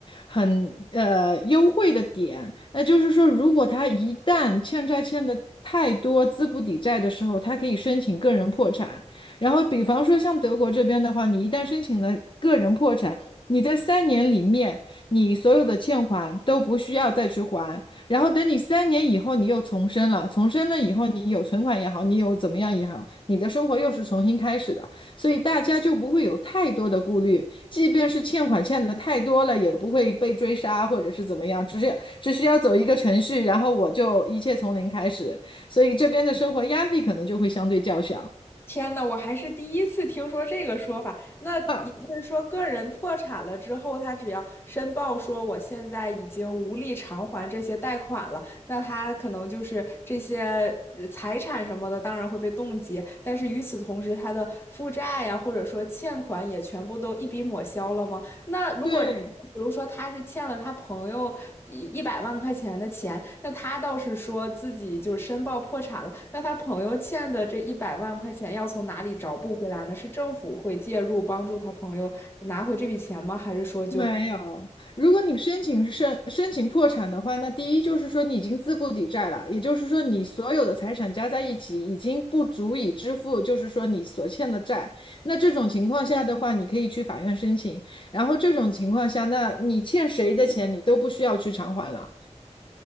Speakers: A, on the left; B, on the left.
A: 很呃优惠的点，那就是说，如果他一旦欠债欠的太多，资不抵债的时候，他可以申请个人破产。然后，比方说像德国这边的话，你一旦申请了个人破产，你在三年里面，你所有的欠款都不需要再去还。然后等你三年以后，你又重生了，重生了以后，你有存款也好，你有怎么样也好，你的生活又是重新开始的，所以大家就不会有太多的顾虑，即便是欠款欠的太多了，也不会被追杀或者是怎么样，只是只需要走一个程序，然后我就一切从零开始，所以这边的生活压力可能就会相对较小。
B: 天呐，我还是第一次听说这个说法。那也就是说，
A: 啊，
B: 个人破产了之后，他只要申报说我现在已经无力偿还这些贷款了，那他可能就是这些呃财产什么的，当然会被冻结。但是与此同时，他的负债呀，或者说欠款也全部都一笔抹消了吗？那如果
A: 对。
B: 比如说他是欠了他朋友一一百万块钱的钱，那他倒是说自己就是申报破产了，那他朋友欠的这一百万块钱要从哪里找补回来呢？是政府会介入帮助他朋友拿回这笔钱吗？还是说就
A: 没有，如果你申请是申申请破产的话，那第一就是说你已经资不抵债了，也就是说你所有的财产加在一起已经不足以支付，就是说你所欠的债。那这种情况下的话，你可以去法院申请。然后这种情况下，那你欠谁的钱你都不需要去偿还了。